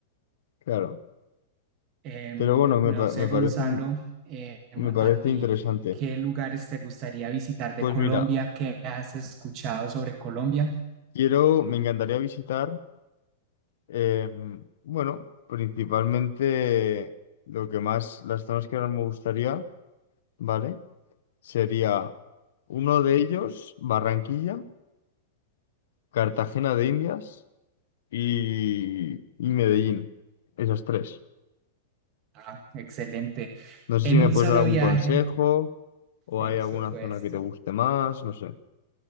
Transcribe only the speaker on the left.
claro.
Pero bueno, me,
pa-
me parece,
me parece
interesante.
Pues
mira,
quiero, me encantaría visitar. Eh, bueno, principalmente lo que más, las zonas que más me gustaría, ¿vale? Sería uno de ellos, Barranquilla, Cartagena de Indias y, y Medellín. Esas tres.
No sé
si me
puedes
dar algún
consejo o
hay alguna
zona que te guste más, no sé.